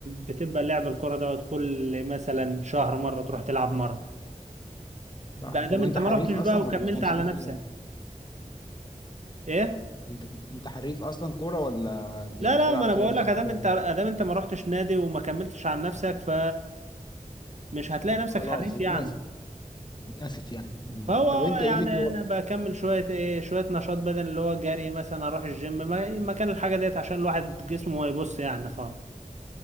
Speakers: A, on the right; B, on the left.
A: بتبقى لعب الكره دوت كل مثلا شهر مره تروح تلعب مره
B: صح
A: بقى دام
B: طب وانت
A: انت ما
B: حريف
A: رحتش
B: اصلا
A: بقى وكملت
B: ولا ما كانش
A: على
B: ليك
A: نفسك
B: فيها
A: ايه
B: انت كنت انت حريف اصلا كوره ولا ب-
A: لا
B: بتلعب
A: لا ما انا
B: كده
A: بقول
B: بتقضي
A: لك ادام
B: وقت؟
A: انت ادام انت ما رحتش نادي وما كملتش على نفسك ف مش هتلاقي نفسك
B: خلاص
A: حريف
B: اتنست
A: يعني
B: اتنست يعني مم.
A: هو
B: طب انت
A: يعني
B: ايه ليك هو
A: انا بكمل شويه ايه شويه نشاط بدني اللي هو جري مثلا اروح الجيم ما- مكان الحاجه ديت عشان الواحد جسمه ما يبص يعني خالص